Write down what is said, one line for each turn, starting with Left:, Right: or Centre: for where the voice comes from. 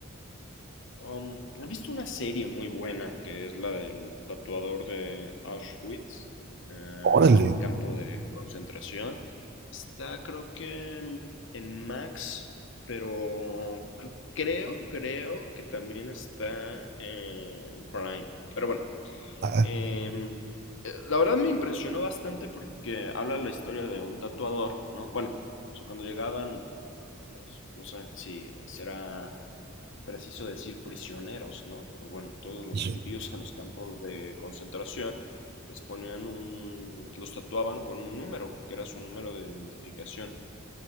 Left: Um, he visto una serie muy buena que es la del tatuador de Auschwitz, eh,
Right: Órale.
Left: el este campo de concentración. Está creo que mm, en Max, pero cre- creo, creo que también está en Prime. Pero bueno,
Right: Ah,
Left: em, eh, la verdad me impresionó bastante porque habla la historia de un tatuador, ¿no? Bueno, o sea, cuando llegaban, los- no sé si será preciso decir prisioneros, ¿no? Pero bueno, todos los
Right: sí,
Left: judíos a los campos de concentración les ponían un, los tatuaban con un número, que era su número de identificación.